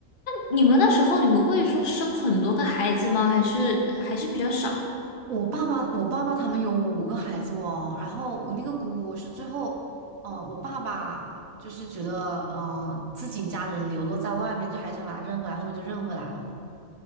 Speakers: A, on the left; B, on the right.
A: 你们那时候你们会说生很多个孩子吗？还是还是比较少？
B: 我爸爸，我爸爸他们有五个孩子哦，然后我那个姑姑是最后，呃，我爸爸就是觉得，嗯、呃自己家人流落在外面，就还想把他认回来，后面就认回来了，